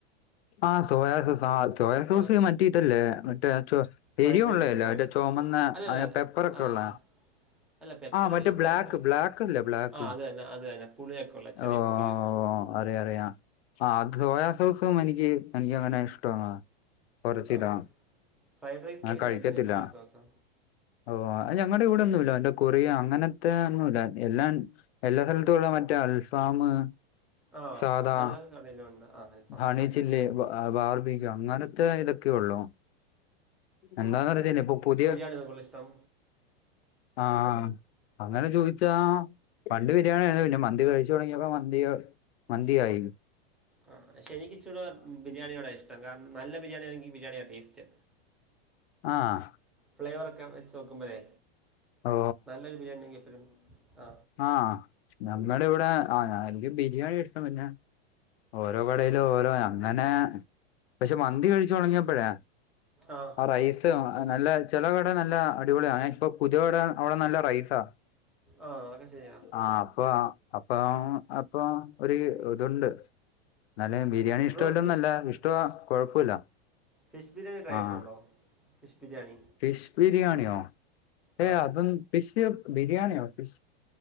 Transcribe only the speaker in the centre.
ആ
ഫ്രൈഡ്
റൈസ് ഫ്രൈഡ്
അല്ലല്ല
അല്ല പെപ്പറല്ല
സോയ സോസ്
ആ അത് തന്നെ അത് തന്നെ പുളിയൊക്കെ ഉള്ള ചെറിയ
പുളിയാ
ആ
ഫ്രൈഡ് റൈസിലൊക്കെ
ചേർക്കുന്ന സോയ സോസ്
ആ
അതെല്ലാ കടയിലും ഉണ്ട് ആ അൽഫാമൊക്കെ
അതാ കൂടുതലിഷ്ടം
ആ പക്ഷെ എനക്ക്ച്ചൂടെ ബിരിയാണിയോട ഇഷ്ട കാരണം നല്ല ബിരിയാണിയ ആണെങ്കിൽ ബിരിയാണിയടേസ്റ്റ്
ഫ്ലേവറൊക്കെ വെച്ച് നോക്കുമ്പോഴേ
നല്ലൊരു ബിരിയാണി എപ്പോഴും ആ
ആഹ
ആഹ് അതക്കെ ശരിയ
ബ്രോ ഫിഷ്
ഫിഷ് ബിരിയാണി ട്രൈ
ചെയ്തിട്ടുണ്ടോ ഫിഷ് ബിരിയാണി
ആ